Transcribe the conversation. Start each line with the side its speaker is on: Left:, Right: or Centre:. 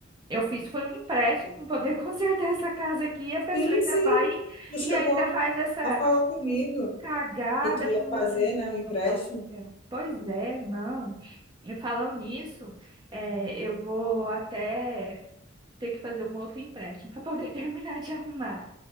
Right: Eu fiz foi um empréstimo para poder <laughs> consertar essa casa aqui. E a pessoa
Left: Sim,
Right: ainda
Left: sim.
Right: vai
Left: Tu
Right: e
Left: chegou
Right: ainda faz essa
Left: a falar comigo
Right: cagada
Left: que tu ia
Right: com o meu
Left: fazer,
Right: dinheiro.
Left: né, um empréstimo.
Right: Meu pai do céu. Pois é, não. E falando nisso, é, eu vou até ter que fazer um outro empréstimo para poder <laughs> terminar de arrumar.